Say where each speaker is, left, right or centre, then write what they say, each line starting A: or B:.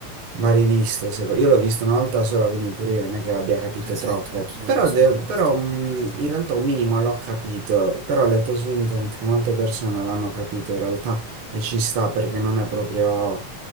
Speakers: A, on the right; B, on the right.
A: va rivisto. seco- Io l'ho visto una volta sola, quindi pure io non è che abbia capito
B: Esatto,
A: troppo,
B: anch'io
A: però,
B: una sola
A: de-
B: volta.
A: però, mh, in realtà un minimo l'ho capito, però ho letto su internet che molte persone l'hanno capito in realtà e ci sta perché non è proprio,